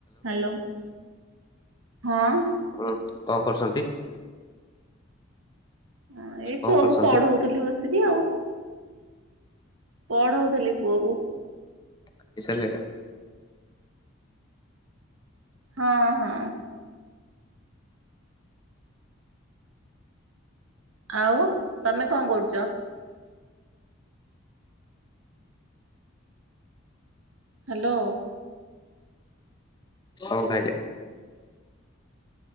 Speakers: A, on the right (about 80°); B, on the left (about 20°).
A: ହ୍ୟାଲୋ ହଁ।
B: ହୁଁ କଣ କରୁଛନ୍ତି।
A: ଆ ଏଇ
B: କଣ
A: ପୁଅ
B: କରୁଛନ୍ତି
A: କୁ ପଢଉଥିଲି ବସି। ସୁଭିଲା ଆଉ ପଢଉଥିଲି ପୁଅକୁ।
B: ଖାଇସାରିଲିନି ନା।
A: ହଁ ହଁ। ଆଉ ତମେ କଣ କରୁଚ। ହ୍ୟାଲୋ।
B: କଣ ଖାଇଲେ।